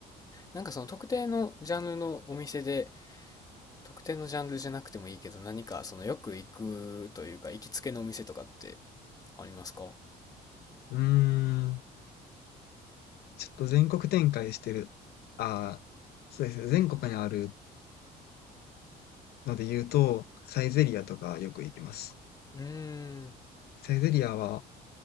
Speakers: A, on the left; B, on the left.
A: なんかその特定のジャンルのお店で、特定のジャンルじゃなくてもいいけど、何かそのよく行くというか、行きつけのお店とかってありますか
B: うーん。ちょっと全国展開してる。ああ、そうですね。全国にあるので言うと、サイゼリアとかよく行きます。
A: うーん。
B: サイゼリアは、